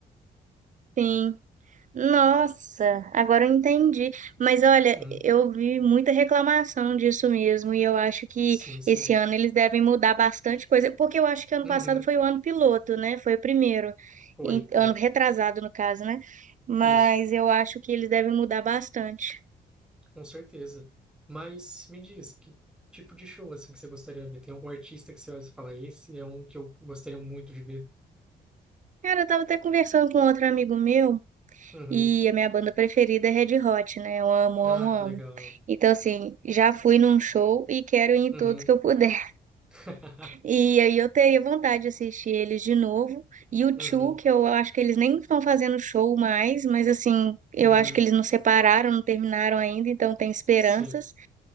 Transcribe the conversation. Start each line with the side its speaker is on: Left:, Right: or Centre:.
Right: Sim. Nossa, agora eu entendi. Mas olha,
Centre: Uhum.
Right: eu vi muita reclamação disso mesmo, e eu acho que
Centre: Sim, sim.
Right: esse ano eles devem mudar bastante coisa, porque eu acho que ano
Centre: Uhum.
Right: passado foi o ano piloto, né? Foi o primeiro,
Centre: Foi,
Right: em- ano
Centre: foi.
Right: retrasado, no caso, né? Mas
Centre: Isso.
Right: eu acho que eles devem mudar bastante.
Centre: Com certeza. Mas me diz, que tipo de show assim que você gostaria de ver? Tem algum artista que você olha e fala, esse é um que eu gostaria muito de ver.
Right: Cara, eu tava até conversando com outro amigo meu,
Centre: Uhum.
Right: e a minha banda preferida é Red Hot, né? Eu amo, amo,
Centre: Ah,
Right: amo.
Centre: que legal.
Right: Então, assim, já fui num show e quero ir em
Centre: Uhum.
Right: todos que eu puder.
Centre: <laughs>
Right: E aí eu teria vontade de assistir eles de novo. E o
Centre: Uhum.
Right: Two, que eu acho que eles nem estão fazendo show mais, mas assim, eu
Centre: Uhum.
Right: acho que eles não separaram, não terminaram ainda, então tem esperanças.
Centre: Sim.